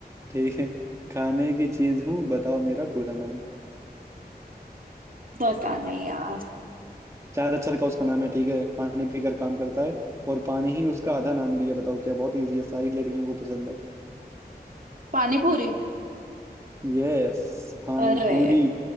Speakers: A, on the right; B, on the right.
A: ठीक है खाने की चीज हूँ बताओ मेरा पूरा नाम
B: पता नहीं यार
A: चार अक्षर का उसका नाम है ठीक है पानी पीकर काम करता है और पानी ही उसका आधा नाम भी है बताओ क्या बहुत इजी है सारी लड़कियों को पसंद है
B: पानीपुरी
A: यस पानी
B: अरे
A: पूरी